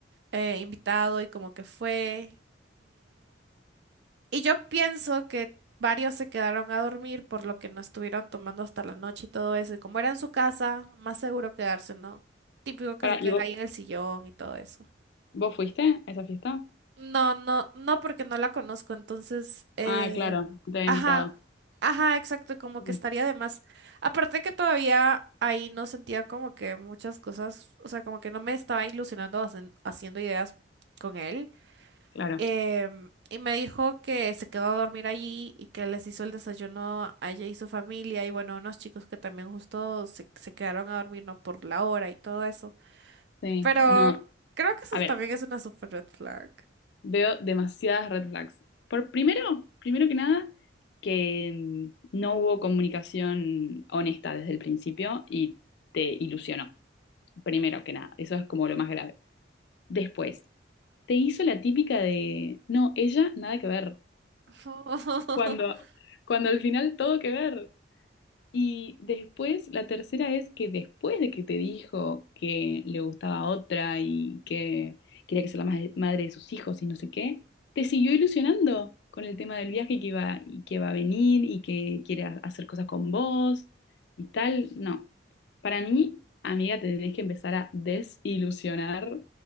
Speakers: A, on the right; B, on the left.
A: eh, invitado y como que fue. Y yo pienso que varios se quedaron a dormir por lo que no estuvieron tomando hasta la noche y todo eso. Y como era en su casa, más seguro quedarse, ¿no? Típico que
B: Para,
A: se queden
B: ¿y vos,
A: ahí en el sillón y todo eso.
B: vos fuiste a esa fiesta?
A: No, no, no, porque no la conozco. Entonces, eh,
B: Ah, claro, te había
A: ajá,
B: invitado.
A: ajá, exacto, como
B: Mm,
A: que estaría de más. Aparte que todavía ahí no sentía como que muchas cosas, o sea, como que no me estaba ilusionando hacen- haciendo ideas con él.
B: Claro.
A: Em, y me dijo que se quedó a dormir allí y que les hizo el desayuno a ella y su familia y bueno, unos chicos que también justo se, se quedaron a dormir, ¿no? Por la hora y todo eso.
B: Sí,
A: Pero
B: no.
A: creo que eso
B: A ver,
A: también es una super red flag.
B: Veo demasiadas red flags. Por primero, primero que nada, que mm, no hubo comunicación honesta desde el principio y te ilusionó. Primero que nada, eso es como lo más grave. Después, te hizo la típica de, no, ella nada que ver.
A: <laughs>
B: Cuando, cuando al final todo que ver. Y después, la tercera es que después de que te dijo que le gustaba otra y que quería que sea la ma- madre de sus hijos y no sé qué, te siguió ilusionando con el tema del viaje y que iba, y que va a venir y que quiere ha- hacer cosas con vos y tal. No, para mí, amiga, te tenés que empezar a desilusionar